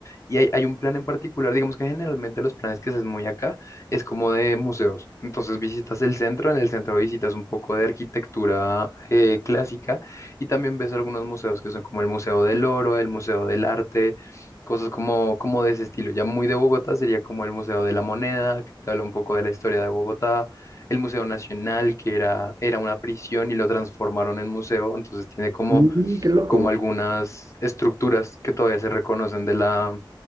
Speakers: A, on the left; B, on the right.
A: Y hay, hay un plan en particular, digamos que generalmente los planes que se hacen muy acá es como de museos. Entonces visitas el centro, en el centro visitas un poco de arquitectura eh, clásica y también ves algunos museos que son como el Museo del Oro, el Museo del Arte. Cosas como, como de ese estilo. Ya muy de Bogotá sería como el Museo de la Moneda, que te habla un poco de la historia de Bogotá el Museo Nacional, que era, era una prisión y lo transformaron en museo, entonces tiene como,
B: Mm, qué loco.
A: como algunas estructuras que todavía se reconocen de la,